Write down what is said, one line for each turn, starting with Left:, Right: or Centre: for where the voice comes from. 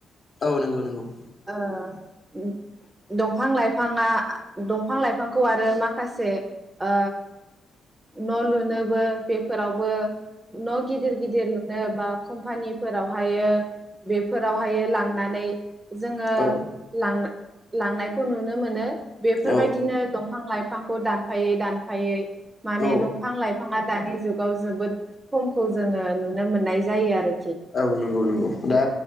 Left: औ नंगौ नंगौ
Right: <inaudible> ओ उम। दंफां लाइफाङा दंफां लाइफांखौ आरो माखासे ओ न' लुनोबो बेफोरावबो न' गिदिर गिदिर लु लुनो बा कम्पानिफोराव हायो बेफोरावहायो लांनानै जोङो
Left: औ
Right: लां-लांनायखौ नुनो मोनो बेफोर
Left: औ
Right: बायदिनो दंफां लाइ बिफांखौ दानफायै दानफायै माने
Left: औ
Right: दंफां लाइफाङा दानि जुगाव जोबोद खमखौ जोङो नुनो मोननाय जायो आरो
Left: औ नंगौ नंगौ। दा